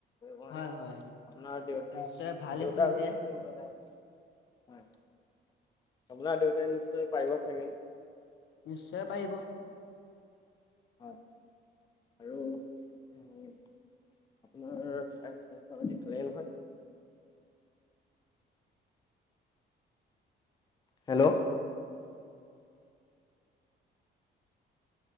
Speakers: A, on the left (about 20°); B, on the left (about 70°).
A: মই
B: হয় হয়
A: আপোনাৰ দেউতা
B: নিশ্চয়
A: -
B: ভালে
A: দেউতাৰ
B: শুনিছে
A: কথাটো মন আপোনাৰ দেউতাই নিশ্চয় পাৰিব চাগে।
B: নিশ্চয় পাৰিব।
A: হয়, আৰু আপোনাৰ স্ব - স্বাস্থ্য পতি ভালেই নহয়? হেল্ল'।